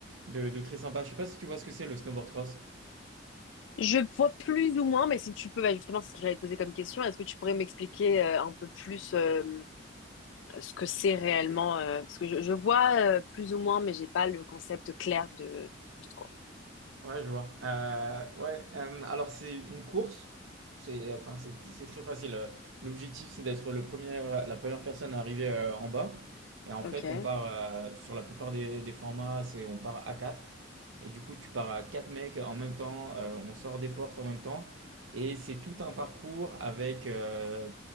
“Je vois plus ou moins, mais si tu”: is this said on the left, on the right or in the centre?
Left